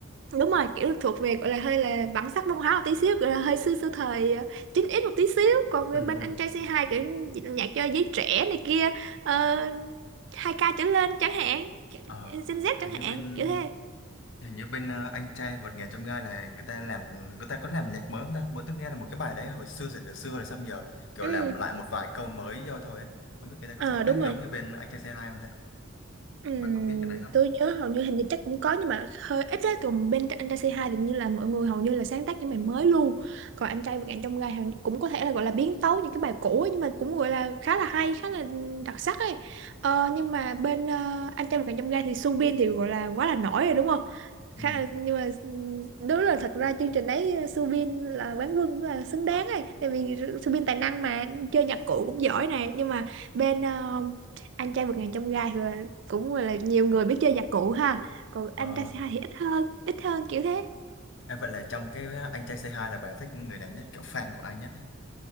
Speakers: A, on the right (about 60°); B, on the left (about 65°).
A: đúng rồi kiểu thuộc về gọi là hơi là bản sắc văn hóa một tí xíu gọi là hơi xưa xưa thời ờ, 9x một tí xíu còn người
B: ừ,
A: bên
B: ừ.
A: anh trai c hai kiểu nhạc cho giới trẻ này kia uh, 2K trở lên chẳng hạn
B: Ờ,
A: Gen Z
B: hình
A: chẳng
B: như
A: hạn
B: bên
A: kiểu thế
B: hình như bên ờ, anh trai vượt ngàn chông gai là người ta làm người ta có làm nhạc mới không ta bữa tôi nghe là một cái bài đấy hồi xưa xưa xưa xưa rồi xong giờ kiểu
A: ừ
B: làm lại một vài câu mới vô thôi ấy. không biết người ta có
A: ờ
B: sáng
A: đúng
B: tác
A: rồi
B: giống như bên anh trai c hai không ta
A: Ừm,
B: bạn có biết cái đấy không
A: tôi nhớ hầu như hình như chắc cũng có nhưng mà hơi ít á còn bên anh trai c hai thì như là mọi người hầu như là sáng tác những bài mới luôn còn anh trai vượt ngàn chông gai hầu như cũng có thể là gọi là biến tấu những cái bài cũ ấy, nhưng mà cũng gọi là khá là hay khá là đặc sắc ấy ờ, nhưng mà bên ờ, anh trai vượt ngàn chông gai thì Sun Bin thì gọi là quá là nổi rồi đúng không
B: ừ.
A: khá là, nhưng mà ừm, đúng là thật ra chương trình đấy Su Bin là quán quân cũng là xứng đáng ấy tại vì Su Bin tài năng mà chơi nhạc cụ cũng giỏi này nhưng mà bên ờ, anh trai vượt ngàn chông gai rồi cũng là nhiều người biết chơi nhạc cụ ha còn
B: Ờ.
A: anh ta xê hai thì ít hơn ít hơn kiểu thế
B: À, vậy là trong cái à, anh trai Say Hi là bà thích người nào nhất kiểu fan của ai nhất ấy?